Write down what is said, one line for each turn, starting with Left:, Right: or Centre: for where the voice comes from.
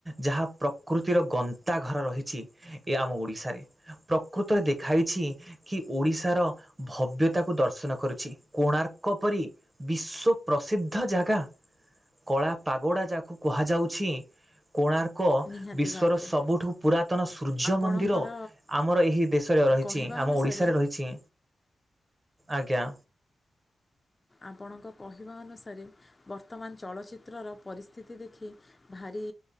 Right: ଯାହା ପ୍ରକୃତିର ଗନ୍ତା ଘର ରହିଛି। ଏହା ଆମ ଓଡିଶାରେ ପ୍ରକୃତରେ ଦେଖାଇଛି କି ଓଡିଶାର ଭବ୍ୟତାକୁ ଦର୍ଶନ କରୁଛି, କୋଣାର୍କ ପରି ବିଶ୍ଵ ପ୍ରସିଦ୍ଧ ଜାଗା କଳା ପାଗୋଡ଼ା ଯାହାକୁ କୁହାଯାଉଛି। କୋଣାର୍କ
Left: ନିହାତି
Right: ବିଶ୍ଵର
Left: ଭାବରେ
Right: ସବୁଠୁ ପୁରାତନ ସୂର୍ଯ୍ୟ
Left: ଆପଣଙ୍କର
Right: ମନ୍ଦିର ଆମର ଏହି ଦେଶରେ ରହିଛି,
Left: କହିବା
Right: ଆମ
Left: ଅନୁସାରେ
Right: ଓଡ଼ିଶାରେ ରହିଛି, ଆଜ୍ଞା।
Left: ଆପଣଙ୍କ କହିବା ଅନୁସାରେ ବର୍ତ୍ତମାନ ଚଳଚ୍ଚିତ୍ରର ପରିସ୍ଥିତି ଦେଖି ଭାରି